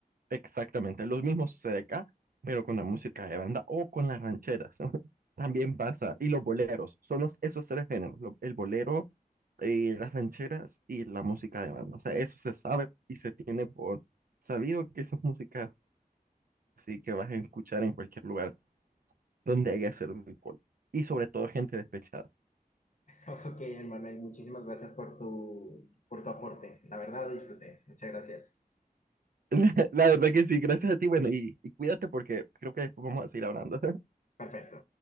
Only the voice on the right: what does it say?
exactamente, lo mismo sucede acá, pero con la música de banda o con las rancheras. <laughs> También pasa. Y los boleros, son los- esos tres géneros, lo- el bolero, eh, las rancheras y la música de banda. O sea, eso se sabe y se tiene por sabido que esa es música así que vas a escuchar en cualquier lugar donde haya servido alcohol. Y sobre todo gente despechada.
<laughs> La, verdad que sí, gracias a ti, bueno, y, y cuídate porque creo que después vamos a seguir hablando.